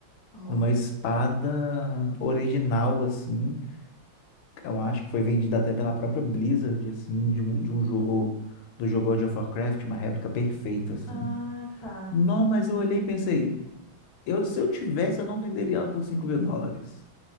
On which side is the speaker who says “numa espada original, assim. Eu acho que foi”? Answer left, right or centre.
Left